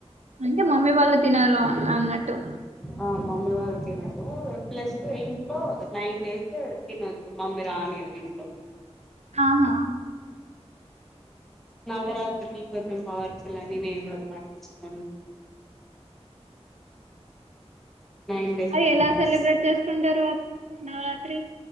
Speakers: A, on the right (about 85°); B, in the centre.
A: అంటే మమ్మీ వాళ్ళు తినరు అన్నట్టు
B: ఆ మమ్మీ వాళ్ళు తినరు ప్లస్ ఇంట్లో నైన్ డేస్ తినదు మమ్మీ రానీయదే <unintelligible>
A: ఆహా
B: నవరాత్రి కొంచెం పవర్ఫుల్ అని నేను కూడా పాటిస్తాను నైన్ డేస్
A: అది
B: నాన్
A: ఎలా
B: వెజ్
A: సెలబ్రేట్ చేసుకుంటారు అది నవరాత్రి